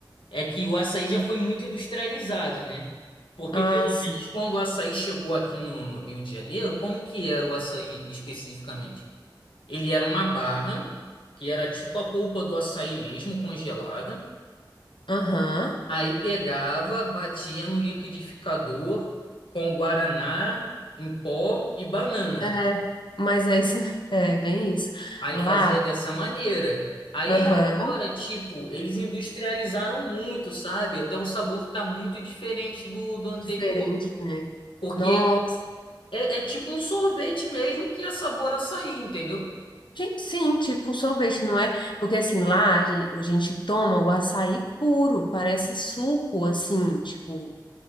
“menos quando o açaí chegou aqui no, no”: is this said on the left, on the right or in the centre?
Left